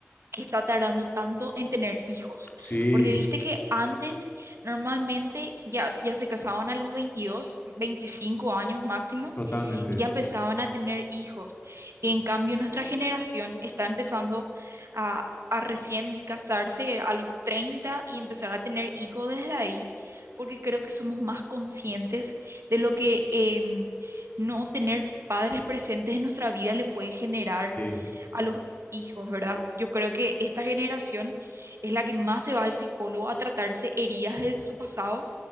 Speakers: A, on the right (about 80°); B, on the left (about 40°).
A: está tardando tanto en tener hijos.
B: Sí,
A: Porque viste que antes normalmente ya, ya se casaban a los 22 25 años máximo
B: totalmente.
A: y ya empezaban a tener hijos. En cambio, nuestra generación está empezando a, a recién casarse a los 30 y empezar a tener hijos desde ahí, porque creo que somos más conscientes de lo que em, no tener padres presentes en nuestra vida le puede generar
B: Sí,
A: a los hijos, ¿verdad? Yo creo que esta generación es la que más se va al psicólogo a tratarse heridas de su pasado,